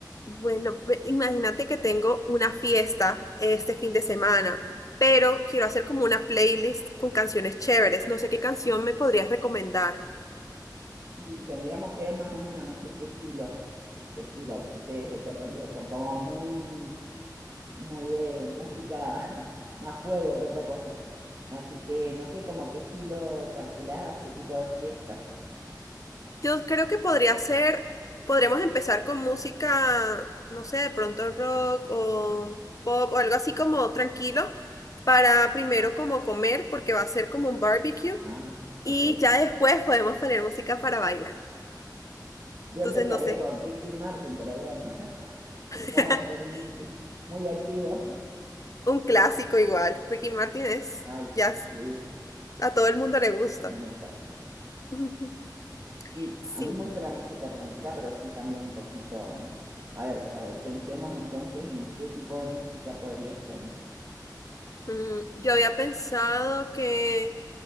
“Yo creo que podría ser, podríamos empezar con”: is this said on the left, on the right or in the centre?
Left